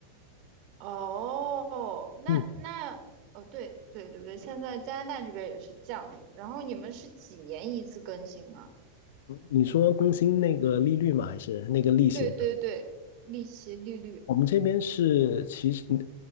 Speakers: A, on the right; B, on the left.
A: 哦，那那哦，
B: 嗯，
A: 对对对不对？现在加拿大这边也是降了然后你们是几年一次更新啊？
B: 你说更新那个利率吗？还是那个利息吗？
A: 对对对，利息利率，
B: 我们这边是其实你